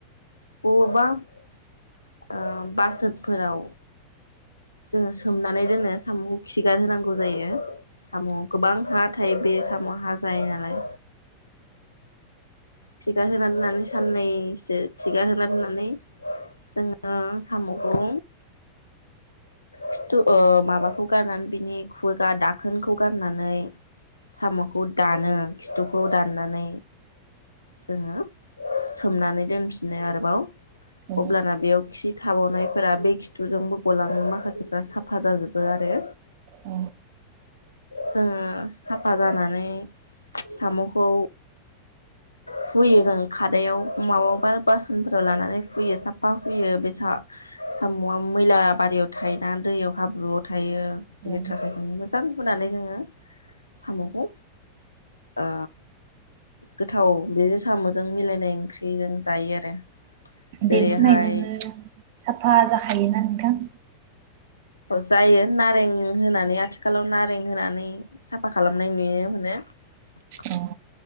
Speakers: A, on the left; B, on the right.
A: बबावबा ओ बासोनफोराव जोङो सोमनानै दोनो साम'खौ खिगार होनांगौ जायो साम' गोबां हा थायो बे साम' हा जायो नालाय खिगारहोना दोननानै साननैसो खिगार होनो दोननानै जोङो साम'खौ खिथु ओ माबाखौ गाननानै बिनि खुवगा दाखोनखौ गाननानै साम'खौ दानो खिथुखौ दाननानै जोङो सोमनानै दोनफिनो आरोबाव
B: औ
A: अब्लाना बेयाव खि थाबावनायफोरा बे खिथुजोंबो गलांओ माखासेफ्रा साफा जाजोबो आरो
B: औ
A: जोङो साफा जानानै साम'खौ फुयो जों खादायाव माबावबा बासोनफोराव लानानै हुयो साफा हुयो बे साम'आ मैला बारियाव थायोना दैयाव हाब्रुआव थायो
B: औ
A: लेथ्राखाय जों मोजां हुनानै जोङो साम'खौ ओ गोथाव बे साम'जों मिलायनाय ओंख्रिजों जायो आरो जेरैहाय
B: बे फुननायजोंनो साफा जाखायोना नोंथां?
A: जायो नारें होनानै आथिखालाव नारें होनानै साफा खालामनाय नुनो मोनो।
B: अ